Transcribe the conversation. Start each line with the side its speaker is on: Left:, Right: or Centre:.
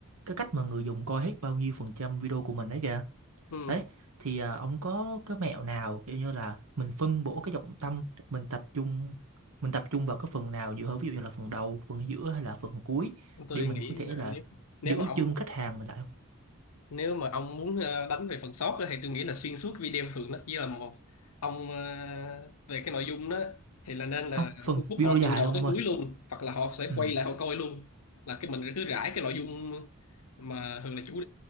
Right: cái cách mà người dùng coi hết bao nhiêu phần trăm video của mình đấy kìa
Left: ừ.
Right: đấy thì à, ông có cái mẹo nào kiểu như là mình phân bổ cái trọng tâm mình tập trung mình tập trung vào cái phần nào nhiều hơn ví dụ như là phần đầu phần giữa hay là phần cuối
Left: tôi
Right: để mình
Left: nghĩ
Right: có thể
Left: là
Right: là
Left: nếu nếu
Right: giữ
Left: mà ông
Right: chân khách hàng mình lại không
Left: nếu mà ông muốn ờ, đánh về phần sót á, thì tôi nghĩ là xuyên suốt video thường nó chỉ là một ông ờ, về cái nội dung đó thì là nên là
Right: không phần
Left: thu hút
Right: video
Left: họ
Right: dài
Left: từ đầu
Right: luôn
Left: tới
Right: ông
Left: cuối
Right: ơi
Left: luôn hoặc là họ sẽ
Right: ừ
Left: quay lại họ coi luôn là cái mình cứ rải cái nội dung mà thường là chủ